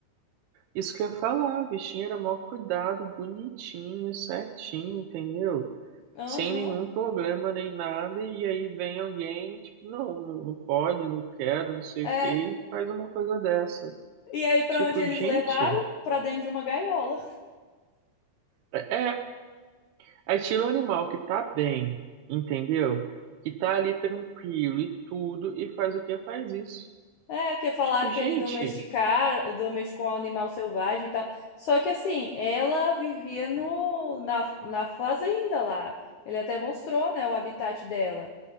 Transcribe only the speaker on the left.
Aham.
É.
E aí, pra
onde eles
levaram? Pra dentro de uma gaiola.
É, porque falaram
que
ele domesticar, domesticou um animal selvagem e tal. Só que assim, ela vivia no, na, na fazenda lá. Ele até mostrou, né, o habitat dela.